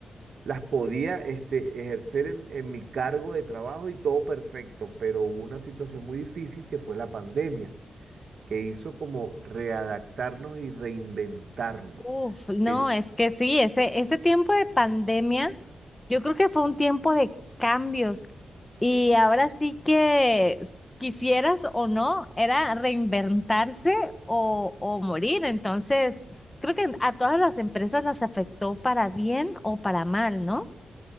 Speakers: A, on the right (about 65°); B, on the left (about 20°).
A: las podía este, ejercer en, en mi cargo de trabajo y todo perfecto, pero hubo una situación muy difícil que fue la pandemia que hizo como readaptarnos y reinventarnos.
B: Uf, no,
A: Que yo-
B: es que sí, ese, ese tiempo de pandemia, yo creo que fue un tiempo de cambios. Y ahora sí que quisieras o no, era reinventarse o, o morir. Entonces, creo que a todas las empresas las afectó para bien o para mal, ¿no?